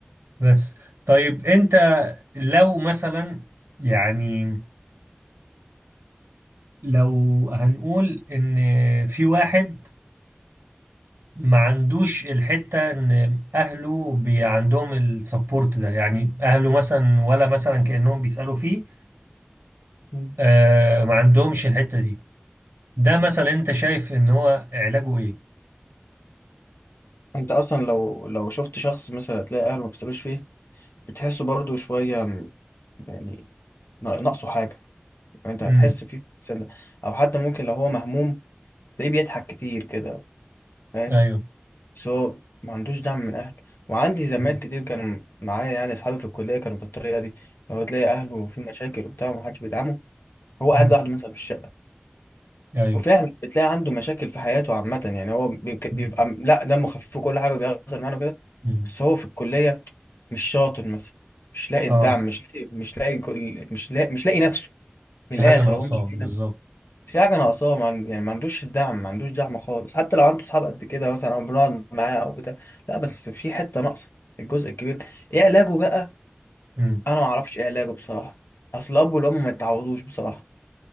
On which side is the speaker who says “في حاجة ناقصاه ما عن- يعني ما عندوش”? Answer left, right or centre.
Left